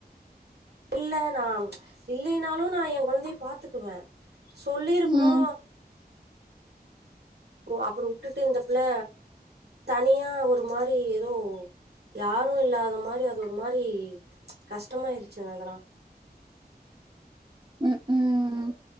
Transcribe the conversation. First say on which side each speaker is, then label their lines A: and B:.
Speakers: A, on the right; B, on the right.
A: இல்ல நா இல்லைனாலு நா எ கொழந்தைய பாத்துக்குவ சொல்லிருக்கணு
B: ம்.
A: ஓ அப்பறோ வுட்டுட்டு இந்தப்புள்ள தனியா ஒரு மாரி ஏதோ யாரு இல்லாத மாரி அது ஒரு மாரி கஷ்டமாயிருச்சிங்க அதெல்லா
B: ம் ம்